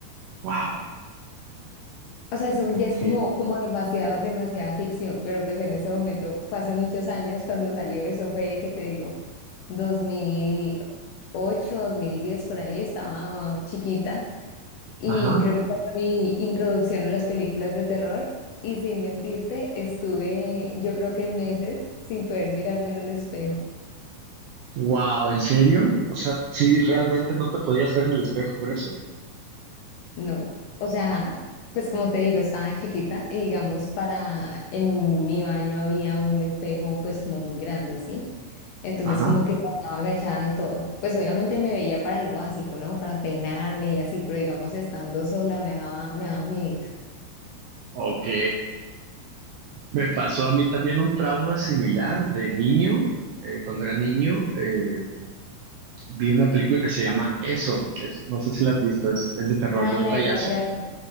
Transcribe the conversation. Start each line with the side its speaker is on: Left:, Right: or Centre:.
Right: Wow.
Left: O sea, eso ya
Right: Ok.
Left: es como, como demasiado, demasiada ficción, pero pues en ese momento, fue hace muchos años cuando salió eso, fue, ¿qué te digo? dos dos mil ocho dos mil diez por ahí estaba chiquita. Y
Right: Ajá.
Left: creo que esa fue mi introducción a las películas de terror. Y sin mentirte, estuve yo creo que meses sin poder mirarme en un espejo.
Right: Wow, ¿en serio? O sea, sí, realmente no te podías ver en el espejo por eso.
Left: No. O sea, pues como te digo, estaba chiquita y digamos para, en mi baño había un espejo pues como muy grande, ¿sí? Entonces
Right: Ajá.
Left: como que pasaba agachada y todo. Pues obviamente me veía para lo básico, ¿no? Para peinarme y así, pero digamos estando sola me daba, me daba miedito.
Right: Ok. Me pasó a mí también un trauma similar de niño. eh, cuando era niño, eh, vi una película que se llama Eso. es- no sé si la has visto, es, es de terror
Left: Ah,
Right: de un
Left: la
Right: payaso.
Left: del payaso.